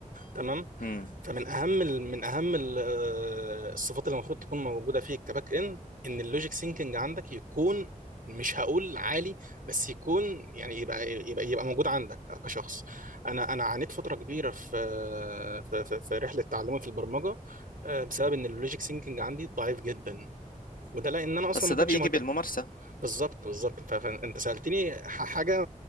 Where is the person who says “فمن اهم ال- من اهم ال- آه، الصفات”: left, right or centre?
Right